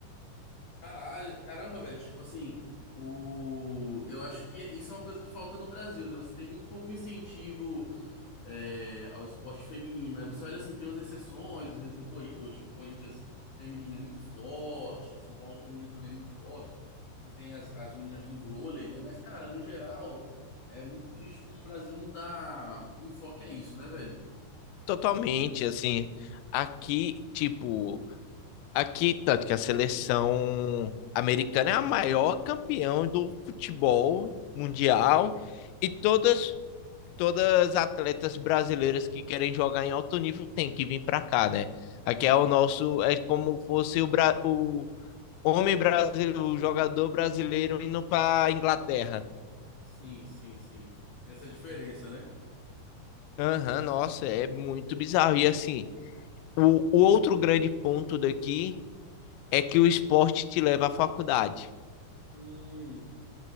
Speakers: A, on the left (about 65°); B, on the left (about 85°).
A: Caralho, caramba, velho, tipo assim, o... eu acho que isso é uma coisa que falta no Brasil, né? Você tem muito pouco incentivo é, ao esporte feminino, né? Você olha assim, tem umas exceções, às vezes o Corinthians, tipo, o Corinthians feminino é muito forte, o São Paulo feminino também é muito forte. Você tem as, as meninas do vôlei, né? Mas, cara, no geral, é muito triste como o Brasil não dá enfoque a isso, né, velho?
B: Totalmente, assim. Aqui, tipo, aqui, tanto que a seleção americana é a maior campeã do futebol mundial e todas todas as atletas brasileiras que querem jogar em alto nível têm que vir para cá, né? Aqui é o nosso, é como fosse o, Bra- o homem brasileiro, o jogador brasileiro indo para Inglaterra.
A: Sim, sim, sim. Tem essa diferença, né?
B: Aham, nossa, é muito bizarro. E assim, o, o outro grande ponto daqui é que o esporte te leva à faculdade.
A: Hum,